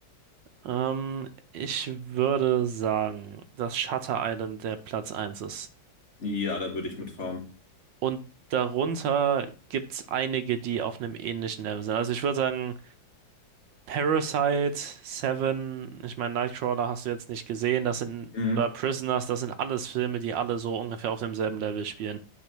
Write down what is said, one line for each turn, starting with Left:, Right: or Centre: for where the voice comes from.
Right: Ähm, ich würde sagen, dass Shutter Island der Platz eins ist.
Left: Ja, da würde ich mitfahren.
Right: Und darunter gibt es einige, die auf einem ähnlichen Level sind. Also ich würde sagen, Parasite, Seven, ich meine, Nightcrawler hast du jetzt nicht gesehen, das sind,
Left: Mhm.
Right: oder Prisoners, das sind alles Filme, die alle so ungefähr auf demselben Level spielen.